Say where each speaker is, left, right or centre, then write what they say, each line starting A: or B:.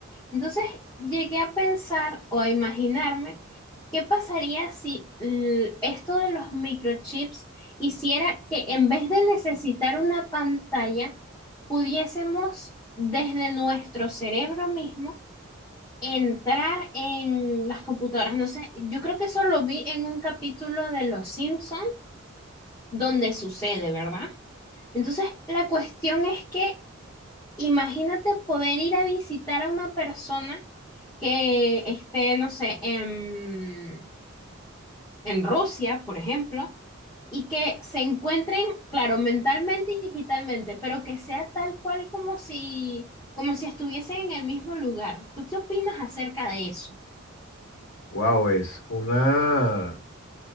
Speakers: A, on the left (about 15°); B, on the left (about 75°).
A: Entonces llegué a pensar o a imaginarme qué pasaría si l- esto de los microchips hiciera que en vez de necesitar una pantalla, pudiésemos desde nuestro cerebro mismo entrar en las computadoras. No sé, yo creo que eso lo vi en un capítulo de Los Simpsons donde sucede, ¿verdad? Entonces, la cuestión es que imagínate poder ir a visitar a una persona que esté, no sé, en, en Rusia, por ejemplo, y que se encuentren, claro, mentalmente y digitalmente, pero que sea tal cual como si, como si estuviesen en el mismo lugar. ¿Tú qué opinas acerca de eso?
B: Wow, es una...